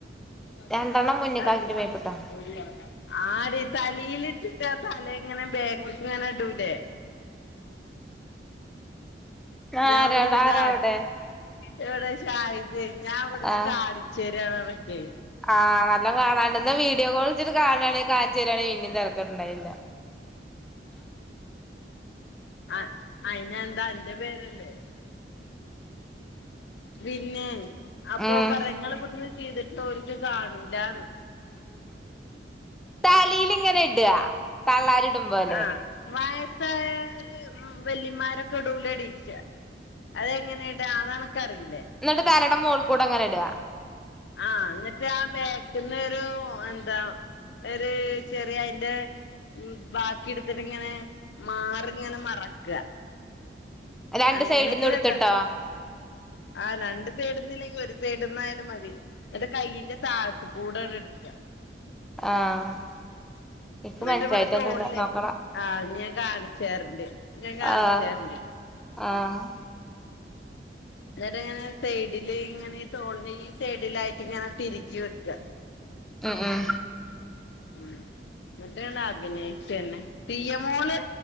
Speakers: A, on the left; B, in the centre.
A: <unintelligible>
B: രണ്ടെണ്ണം മുന്ന്ക്കാക്കിട്ട് മേപ്പിട്ടോ
A: ആടി തലീല് ഇട്ടിട്ട് ആ തല ഇങ്ങനെ ബേക്ക്ക്ക് ഇങ്ങനെ ഇടൂലേ ഞാവിടെന്ന്
B: ആരാട ആരാ
A: കാണ്
B: അവിടെ
A: വിടെ ഷാഹിദ് ഞാൻ ഇവിടുന്ന്
B: ആഹ്
A: കാണിച്ചേരിയാണൊക്കെ
B: ആഹ് നല്ല കാണാണ്ട് ഇന്ന വീഡിയോ കോളിച്ചിട്ട് കാണണങ്കി കാണിച്ചു തരാണെങ്കി ഇതിന്റെ <unintelligible> ണ്ടായില്ല
A: ആഹ് അയിനെന്താ അന്റെ പേരല്ലേ പിന്നെ അപ്പം
B: ഉം
A: ഓൻ പറയ ഇങ്ങള് ഇവിടുന്ന് ചെയ്തിട്ട് ഓല്ക്ക് കാണൂലാന്ന്
B: തലിലിങ്ങനെ ഇട തള്ളാരിടുമ്പോലെ
A: ആഹ് വയസായോരു വെല്ലിമാരൊക്കെ ഇടൂലെടി ക്കാ അതെങ്ങനെ ഇടാ അതനക്കറീലെ
B: ന്ന്ട്ട് തലേട മോൾക്കൂടെങ്ങനെ ഇട
A: ആഹ് എന്നിട്ട് ആ ബേക്ക്ന്നൊരു എന്താ ഒരു ചെറിയ അയ്ന്റെ ഉം ബാക്കി കിടുത്തിട്ട് ഇങ്ങനെ മാറിങ്ങനെ മറക്ക
B: രണ്ട്
A: അങ്ങനെയൊക്കെല്ലത
B: സൈഡിൽന്ന് എടുത്തിട്ടോ
A: ആ രണ്ട് സൈടിന്ന് ഇല്ലെങ്കിൽ ഒരു സൈടുന്നായാലും മതി ന്ന്ട്ട് കയ്യിന്റെ താഴത്ത് കൂടെണ്ട് ഇട്ക്ക
B: ആഹ് നിക്ക്
A: എന്നിട്ട്
B: മനസായിട്ടൊന്നുല്ല
A: ഇവിടെ തോളില്
B: നോക്കണ
A: ആഹ് ഞാൻ കാണിച്ചേരണ്ട് ഞാൻ കാണിച്ചേരണ്ട്
B: ആഹ് ആഹ്
A: ന്നിട്ടിങ്ങനെ സൈഡില് ഇങ്ങനെ ഈ തോളിന്റെ ഈ സൈഡിലായിട്ട് ഇങ്ങനെ തിരികി വെക്ക
B: ഉം ഉം
A: ഉം ഇന്നിട്ട് അങ്ങട് അഭിനയിക്കെന്നെ സിയമോള്